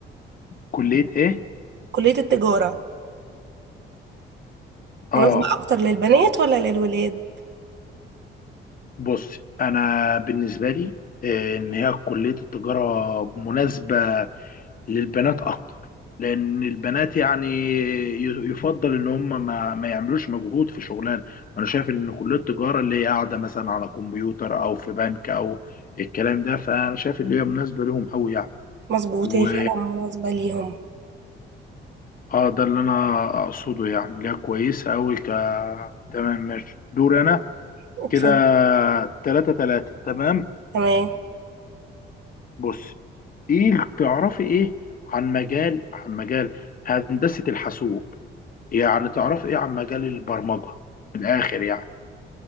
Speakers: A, on the left; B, on the right.
A: كلية ايه
B: كلية التجارة
A: اه
B: مناسبة اكتر للبنات ولا للولاد
A: بص انا بالنسبه لي آه، ان هي كليه التجاره مناسبه للبنات اكتر لان البنات يعني ي- يفضل ان هم ما, ما يعملوش مجهود في شغلانه وانا شايف ان كليه التجاره اللي هي قاعده مثلا على كمبيوتر او في بنك او الكلام ده فانا شايف ان هي مناسبه لهم قوي يعني
B: مظبوط
A: و
B: هي فعلا مناسبة ليهم
A: اه ده اللي انا اقصده يعني اللي هي كويسه قوي ك تمام ماشي دور انا
B: اتفضل
A: كده تلاتة تلاتة تمام
B: تمام
A: بص ايه اللي تعرفي ايه عن مجال عن مجال هندسة الحاسوب يعني تعرفي ايه عن مجال البرمجة من الاخر يعني